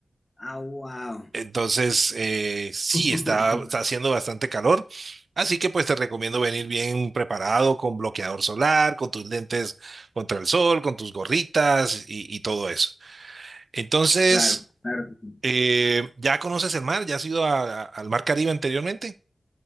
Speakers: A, on the left; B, on the right.
A: Ah, wow.
B: Entonces, eh, sí,
A: <laughs>
B: está, está haciendo bastante calor. Así que pues te recomiendo venir bien preparado con bloqueador solar, con tus lentes contra el sol, con tus gorritas y, y todo eso. Entonces,
A: Claro, claro. que sí.
B: eh, ¿ya conoces el mar? ¿Ya has ido a- a- al mar Caribe anteriormente?